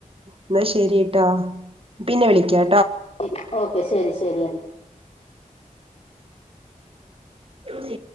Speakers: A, on the right; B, on the left.
A: എന്നാ ശരിട്ടാ പിന്നെ വിളിക്കാ
B: ശരി ഓക്കെ ശരി ശരിയ
A: ഉ